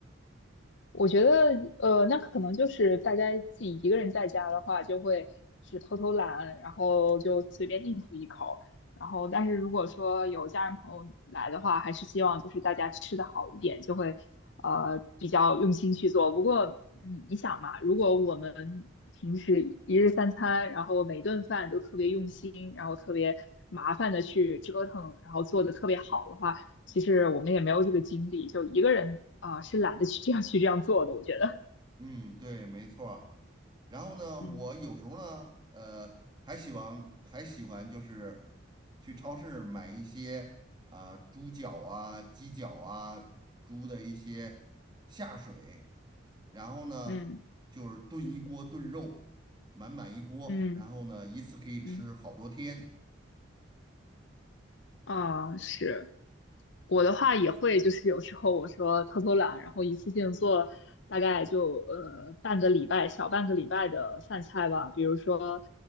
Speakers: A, on the left (about 65°); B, on the right (about 20°).
A: 我觉得，呃，那可能就是大家自己一个人在家的话，就会是偷偷懒，然后就随便应付一口。然后，但是如果说有家人朋友来的话，还是希望就是大家吃的好一点，就会呃比较用心去做。不过，嗯，你想嘛，如果我们平时一日三餐，然后每顿饭都特别用心，然后特别麻烦的去折腾，然后做的特别好的话，其实我们也没有这个精力，就一个人啊、呃是懒得去这样去这样做的，我觉得。
B: 嗯，对，没错然后呢，我有时候呢，
A: 嗯
B: 呃，还喜欢还喜欢就是去超市买一些啊、猪脚啊、鸡脚啊、猪的一些下水，然后呢就是炖一锅炖肉，
A: 嗯
B: 满满一锅，
A: 嗯
B: 然后呢一次可以吃好多天。
A: 嗯啊，是，我的话也会，就是有时候我说偷偷懒，然后一次性做大概就呃半个礼拜，小半个礼拜的饭菜吧。比如说，